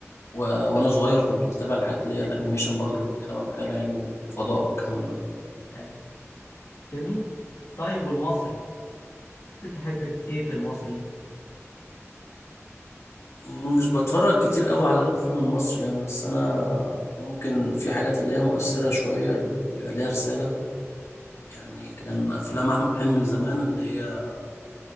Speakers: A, on the left (about 65°); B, on the left (about 85°).
A: و... وانا صغير كنت بتابع الحاجات اللي هي الانيميشن برضو اللي بتتكلم عن الخيال العلمي والفضاء والكلام ده
B: أيوة. جميل طيب والمصري بتحب في إيه في المصري
A: مش بتفرج كتير قوي على الافلام المصري يعني بس انا ممكن في حاجات اللي هي مؤثره شويه اللي بيبقى ليها رساله يعني كان افلام احمد حلمي زمان اللي هي